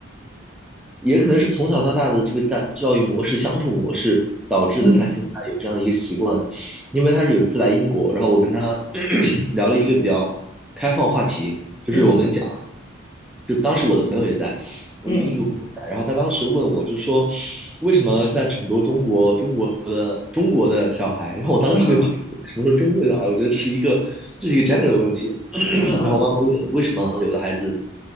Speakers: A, in the centre; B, on the left.
A: 也可能是从小到大的这个家教育模式、相处模式导致的，
B: 嗯
A: 他现在有这样的一个习惯。因为他是有一次来英国，然后我跟他 <clears throat> 聊了一个比较开放话题，就是我们讲，
B: 嗯
A: 就当时我的朋友也在，我一个印度朋友在，
B: 嗯嗯
A: 然后他当时问我，就说为什么现在很多中国中国的中国的小孩，然后我当时就觉得什么时候中国的小孩，
B: 嗯嗯
A: 我觉得这是一个这是一个 g e n e r a l 的问题，<clears throat>
B: 嗯嗯
A: 然后我妈妈问为什么有的孩子。